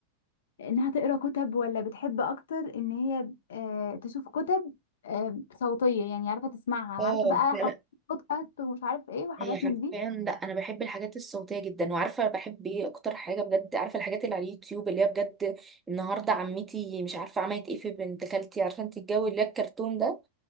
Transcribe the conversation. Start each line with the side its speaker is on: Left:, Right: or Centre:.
Left: إنها تقرأ كتب ولا بتحب أكتر إن هي آه تشوف كتب آه صوتية يعني عارفة تسمعها
Right: اه
Left: عارفة بقى
Right: لا
Left: حاجات
Right: لا
Left: بودكاست ومش عارف إيه وحاجات
Right: هي حرفيا
Left: من دي
Right: لا انا بحب الحاجات الصوتيه جدا وعارفه بحب ايه اكتر حاجه بجد عارفه الحاجات اللي على اليوتيوب اللي هي بجد النهارده عمتي مش عارفه عملت ايه في بنت خالتي عارفه انت الجو اللي هي الكرتون ده